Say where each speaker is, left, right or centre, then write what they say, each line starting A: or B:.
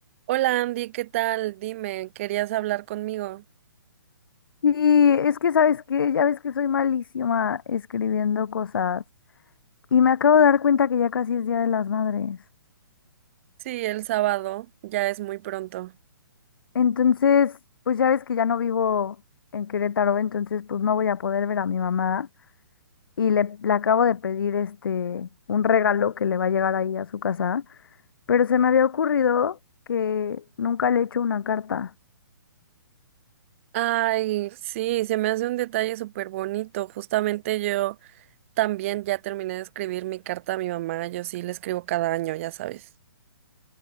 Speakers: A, on the right; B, on the left.
A: Hola Andy, ¿qué tal? Dime, ¿querías hablar conmigo?
B: Y es que sabes que ya ves que soy malísima escribiendo cosas. Y me acabo de dar cuenta que ya casi es Día de las Madres.
A: Sí, el sábado, ya es muy pronto.
B: Entonces, pues ya ves que ya no vivo en Querétaro, entonces pues no voy a poder ver a mi mamá. Y le, le acabo de pedir este un regalo que le va a llegar ahí a su casa. Pero se me había ocurrido que nunca le he hecho una carta.
A: Ay, sí, se me hace un detalle súper bonito. Justamente yo también ya terminé de escribir mi carta a mi mamá. Yo sí le escribo cada año, ya sabes.